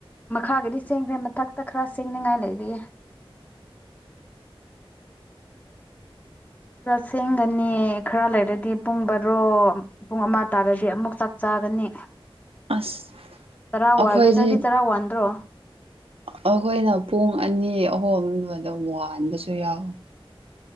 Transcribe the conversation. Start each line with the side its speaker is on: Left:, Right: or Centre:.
Left: ꯃꯈꯥꯒꯤꯗꯤ ꯁꯦꯡꯈ꯭ꯔꯦ ꯃꯊꯛꯇ ꯈꯔ ꯁꯦꯡꯅꯤꯡꯉꯥꯏ ꯂꯩꯔꯤꯌꯦ꯫ ꯄꯨꯔꯥ ꯁꯦꯝꯦꯡꯒꯅꯤ ꯈꯔ ꯂꯩꯔꯗꯤ ꯄꯨꯡ ꯕꯥꯔꯣ꯫ ꯄꯨꯡ ꯑꯃ ꯇꯥꯔꯒꯗꯤ ꯑꯃꯨꯛ ꯆꯥꯛ ꯆꯥꯒꯅꯤ꯫
Right: ꯑꯁ
Left: ꯆꯔꯥ
Right: ꯑꯩꯈꯣꯏꯁꯦ
Left: ꯋꯥꯜꯂꯦ ꯅꯣꯏꯗꯤ ꯆꯔꯥ ꯋꯥꯟꯗ꯭ꯔꯣ꯫
Right: ꯑꯩꯈꯣꯏꯅ ꯄꯨꯡ ꯑꯅꯤ ꯑꯍꯨꯝꯗꯨꯗ ꯋꯥꯕꯁꯨ ꯌꯥꯎꯋꯤ꯫